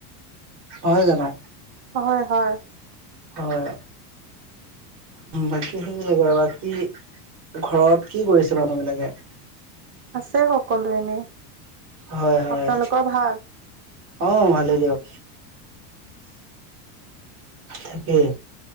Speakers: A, on the right (about 65°); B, on the right (about 25°).
A: নহয় জানো।
B: হয় হয়।
A: হয়। বাকী সেইবিলাকে আৰু বাকী ঘৰত কি কৰিছে মানুহ বিলাকে।
B: আছে সকলো এনে,
A: হয় হয়
B: আপোনালোকৰ ভাল।
A: অ। ভালেই দিয়ক। থাকেই,